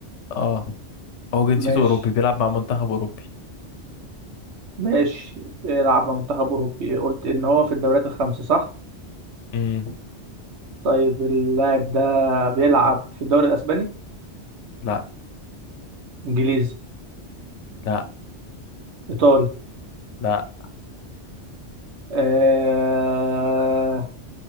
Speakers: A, on the left; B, on the right.
A: اه هو جنسيته
B: ماشي
A: اوروبي بيلعب مع منتخب اوروبي
B: ماشي بيلعب مع منتخب أوروبي قلت إن هو في الدوريات الخمسة صح
A: امم
B: طيب اللاعب ده بيلعب في الدوري الاسباني
A: لا
B: انجليزي
A: لا
B: ايطالي
A: لا
B: آه...